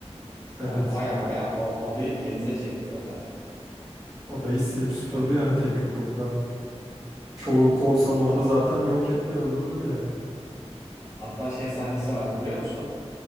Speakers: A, in the centre; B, on the left.
A: Evet.
B: Ya baya baya a- adayı temize çekti böyle.
A: Adayı silip süpürdü
B: E,
A: yani tek yumrukla. Çoğu korsan orada
B: a-
A: zaten yok etti öldürdü bile.
B: hatta şey sahnesi var hatırlıyor musun?